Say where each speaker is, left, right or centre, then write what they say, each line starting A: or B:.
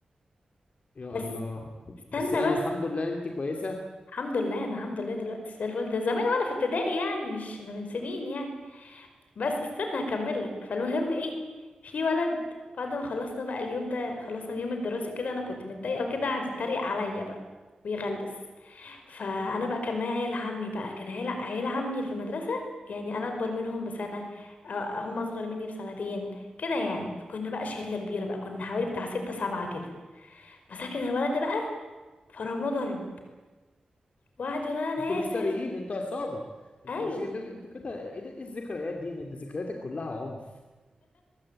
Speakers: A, on the left; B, on the left.
A: يا
B: بس
A: الله
B: استنى
A: بس يعني
B: بس
A: الحمد لله انت كويسه
B: الحمد لله انا الحمد لله دلوقتي زي الفل ده زمان وانا في ابتدائي يعني مش ده من سنين يعني بس استنى هكمل لك فالمهم ايه في ولد بعد ما خلصنا بقى اليوم ده خلصنا اليوم الدراسي كده انا كنت متضايقه وكده قعد يتريق عليا بقى ويغلس فانا بقى كان معايا عيال عمي بقى كان عيال عيال عمي اللي في المدرسه يعني انا اكبر منهم بسنه أ- هم اصغر مني بسنتين كده يعني فكنا بقى شله كبيره بقى كنا حوالي بتاع ستة سبعة كده مسكن الولد ده بقى فرمناه ضرب وقعد يقول انا
A: انتوا مفتريين
B: اسف
A: انتوا عصابه انتوا
B: ايوه
A: مش انتوا انتوا كده ايه ده ايه الذكريات دي انت ذكرياتك كلها عنف